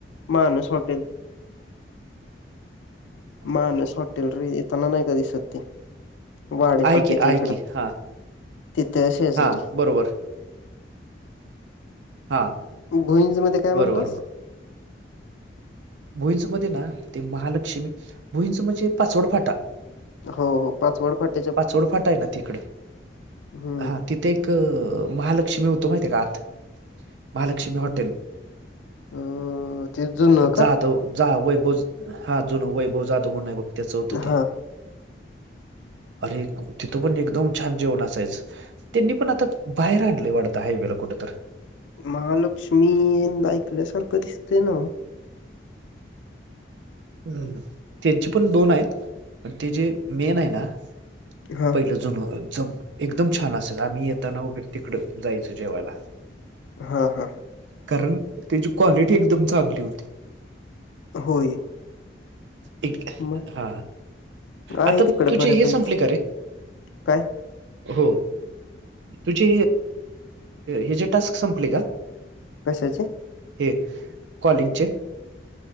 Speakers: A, on the left (about 80°); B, on the right (about 75°).
A: मानस हॉटेल मानस हॉटेल रे येताना नाय का दिसत ते वाडे
B: आहे
A: फाट्याच्या
B: की, आहे
A: इकडं
B: की. हां,
A: तिथे शेजारी
B: हां. बरोबर. हां,
A: भुईंज मध्ये काय
B: बरोबर,
A: म्हणलास
B: भुईंच मध्ये ना ते महालक्ष्मी भुईंच म्हणजे पाचवड फाटा
A: हो हो पाचवड फाट
B: पाचवड फाटा आहे ना तिकड
A: हम्म
B: हा तीत ते एक महालक्ष्मी होतो माहिित का आत महालक्ष्मी हॉटेल
A: अ ते जुनं
B: जाधव
A: का?
B: जा वैभव हा जुन वैभव जाधव म्ह नाही बघ त्याचं होतं ते
A: हां.
B: अरे तिथं पण एकदम छान जेवण असायच त्यांनी पण आता बाहेर आणलंय वाढत हायवेला कुठ तर
A: महालक्ष्मी ऐकल्यासारखं दिसतय ना
B: हम् त्यांचे पण दोन आहेत प ते जे मेन आहे ना
A: हां,
B: पहिलं जुन ज एकदम छान असायच आम्ही येताना वगैरे तिकड जायचो जेवायला
A: हा हा
B: कारण त्याची क्वालिटी एकदम चांगली होती
A: होय
B: एक
A: मग
B: हा
A: आहे
B: आता
A: तिकडं
B: तुझे
A: बऱ्यापैकी.
B: हे संपले का रे
A: काय
B: हो तुझी हे जे टास्क संपले का
A: कशाचे
B: हे कॉलिंगचे